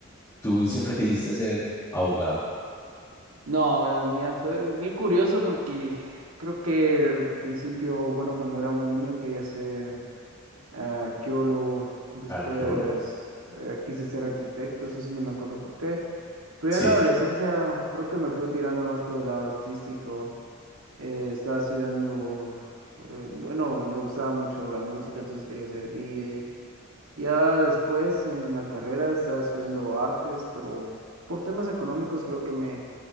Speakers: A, on the left (about 15°); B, on the right (about 85°).
A: Tú siempre quisiste ser abogado,
B: No, la mía fue bien curioso porque creo que al principio, bueno, cuando era muy niño quería ser eh, arqueólogo, después
A: arqueólogo.
B: eh, quise ser arquitecto, eso sí no me acuerdo por qué. Pero
A: Sí.
B: ya en la adolescencia creo que me fui tirando más por el lado artístico. eh, estaba estudiando, eh, bueno, me gustaba mucho la música, entonces quería ser DJ. Ya después en la carrera estaba estudiando artes, pero por temas económicos creo que me